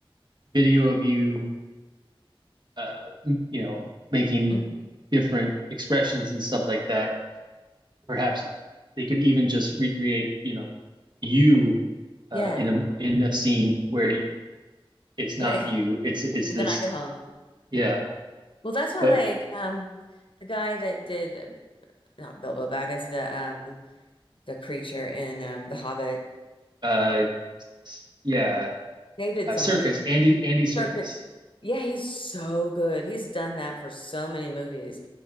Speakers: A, on the right (about 50°); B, on the left (about 65°).
A: video of you, uh, m- you know, making
B: Mhm.
A: different expressions and stuff like that Perhaps they could even just recreate, you know, you uh,
B: Yeah.
A: in a in a scene where it's not
B: Right.
A: you.
B: <laughs>
A: It's it's
B: And
A: this.
B: then I go home.
A: Yeah,
B: Well, that's why
A: but
B: like um the guy that did um, not Bilbo Baggins, the um the creature in um The Hobbit.
A: uh, yeah,
B: David
A: uh,
B: somebody.
A: Circus Andy Andy Circus.
B: Circus. Yeah, he's so good. He's done that for so many movies,